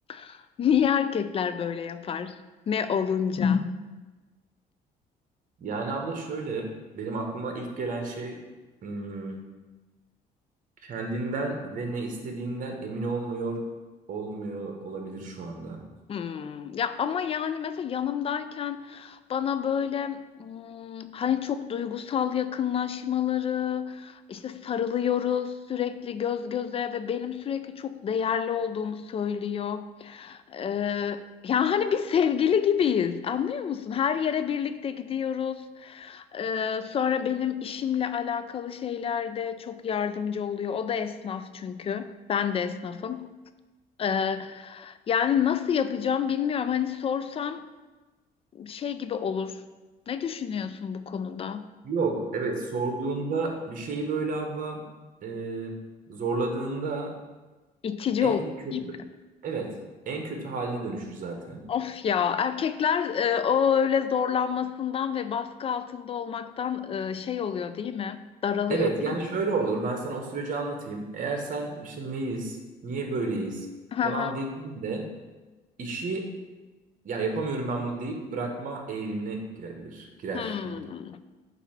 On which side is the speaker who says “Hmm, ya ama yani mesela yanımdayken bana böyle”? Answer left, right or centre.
Left